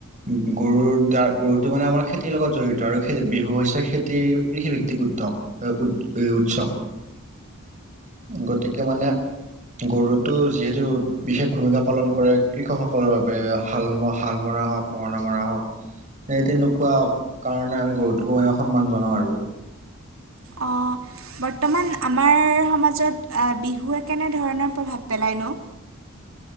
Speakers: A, on the right (about 35°); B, on the right (about 85°).
A: উম গৰুৰ দাৰ গৰুটো মানে আমাৰ খেতিৰ লগত জড়িত আৰু খেতি বিহু হৈছে। খেতি কৃষিভিত্তিক উৎসৱ উ উৎসৱ। গতিকে মানে- গৰুটো যিহেতু বিশেষ ভূমিকা পালন কৰে কৃষকসকলৰ বাবে হাল হাল মৰা হওক- মৰণা মৰা হওক সেই তেনেকুৱা কাৰণে আমি গৰুটোকো আমি সন্মান জনাওঁ আৰু।
B: অঁ বৰ্তমান আমাৰ সমাজত বিহুৱে কেনেধৰণৰ প্ৰভাৱ পেলায় ন।